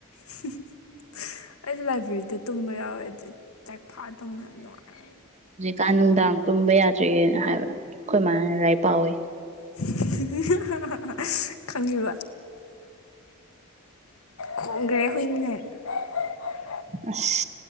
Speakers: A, on the left (about 75°); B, on the right (about 30°).
A: <unintelligible> ꯑꯩꯁꯨ ꯂꯥꯏꯕ꯭ꯔꯦꯔꯤꯗ ꯇꯨꯝꯕ ꯌꯥꯎꯋꯦ ꯑꯗꯨ ꯂꯥꯏꯔꯤꯛ ꯐꯥꯛꯑ ꯇꯨꯝꯕ ꯌꯥꯝ ꯅꯨꯡꯉꯥꯏ
B: ꯀꯥꯟ ꯅꯨꯡꯗꯥꯡ ꯇꯨꯝꯕ ꯌꯥꯗ꯭ꯔꯦꯅ ꯍꯥꯏꯕ ꯈꯣꯏꯃꯥꯅ ꯂꯥꯏꯔꯤꯛ ꯄꯥꯎꯑꯣꯌꯦ
A: <unintelligible> ꯍꯥ ꯍꯥ ꯍꯥ ꯈꯪꯉꯤꯕ ꯈꯣꯡꯒ꯭ꯔꯦ ꯍꯨꯏꯅꯤ ꯀꯥꯏꯅ
B: ꯑꯁ